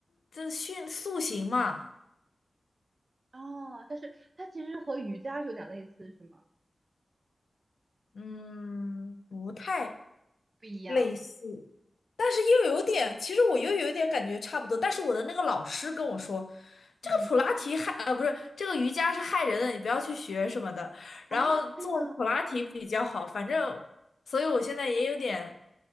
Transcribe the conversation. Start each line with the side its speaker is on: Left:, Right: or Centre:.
Left: 这训塑形嘛，
Right: 哦，但是它其实和瑜伽是有点类似，是吗？
Left: 嗯，不太
Right: 不一样。
Left: 类似。但是又有点，其实我又有点感觉差不多。但是我的那个老师跟我说，这个普拉提害，
Right: 嗯，
Left: 呃，不是，这个瑜伽是害人的，你不要去学什么的。然后做普拉提比较好，
Right: 啊，真的。
Left: 反正，所以我现在也有点